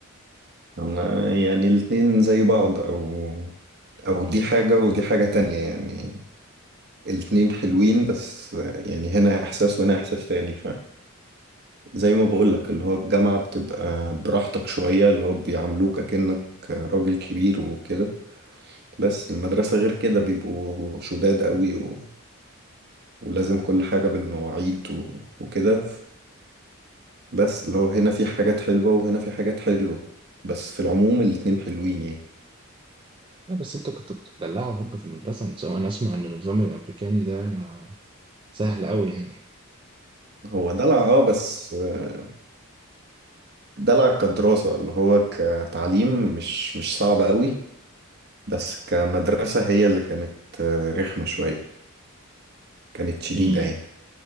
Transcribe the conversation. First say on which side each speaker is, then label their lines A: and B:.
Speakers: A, on the right; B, on the right.
A: أنا يعني الاتنين زي بعض أو أو دي حاجة ودي حاجة تانية يعني الاتنين حلوين بس يعني هنا إحساس وهنا إحساس تاني زي ما بقولك اللي هو الجامعة بتبقى براحتك شوية اللي هو بيعاملوك أكنك راجل كبير وكده بس المدرسة غير كده بيبقوا شداد قوي و... ولازم كل حاجة بالمواعيد و... وكده فبس اللي هو هنا في حاجات حلوة وهنا في حاجات حلوة بس في العموم الاتنين حلوين يعني
B: لا بس أنت كنت بتدلعه برضه في المدرسة أنا أنا أسمع إن النظام الأمريكاني ده سهل أوي يعني
A: هو دلع اه بس آه، دلع كدراسة اللي هو كتعليم مش مش صعب قوي بس كمدرسة هي اللي كانت آه، رخمة شوية كانت شديدة
B: امم
A: يعني